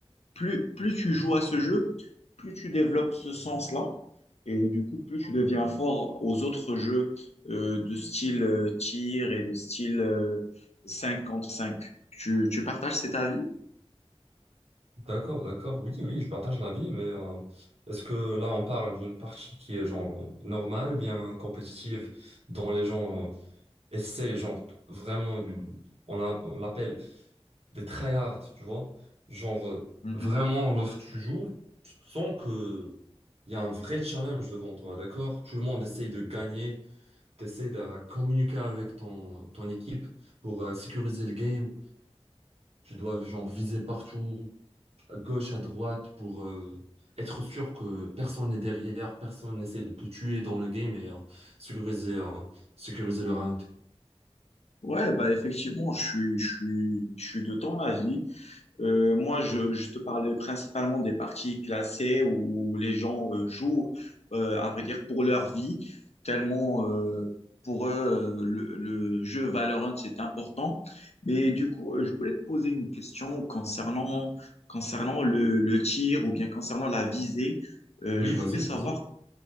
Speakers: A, on the left; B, on the right.
A: plus, plus tu joues à ce jeu, plus tu développes ce sens-là. Et du coup, plus tu deviens fort aux autres jeux euh, de style euh, tir et de style euh, 5 contre cinq. Tu, tu partages cet avis?
B: D'accord, d'accord. Oui, oui, je partage l'avis, mais euh, est-ce que là on parle d'une partie qui est genre normale, bien compétitive, dont les gens euh, essaient genre t- vraiment du, on a, on l'appelle des tryhards, tu vois. Genre, euh,
A: Mhm.
B: vraiment, lorsque tu joues, tu sens que il y a un vrai challenge devant toi, d'accord? Tout le monde essaye de gagner, t'essayes de communiquer avec ton, ton équipe pour euh, sécuriser le game. Tu dois, genre, viser partout, à gauche, à droite, pour euh, être sûr que personne n'est derrière, personne n'essaie de te tuer dans le game et euh, sécuriser, euh, sécuriser le round.
A: Ouais, bah effectivement, je suis, je suis, je suis de ton avis. Euh, moi, je, je te parlais principalement des parties classées où les gens euh, jouent, euh, à vrai dire, pour leur vie, tellement euh, pour eux, euh, le, le jeu Valorant, c'est important. Mais du coup, euh, je voulais te poser une question concernant, concernant le, le tir ou bien concernant la visée. Euh,
B: Oui,
A: je voulais
B: vas-y,
A: savoir
B: vas-y.